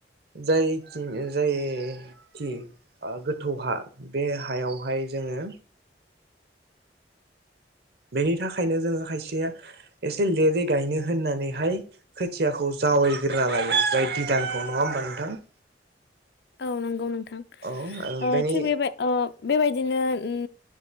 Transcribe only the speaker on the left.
औ नंगौ नोंथां
ओ
थिग बेबाय ओ बेबायदिनो उम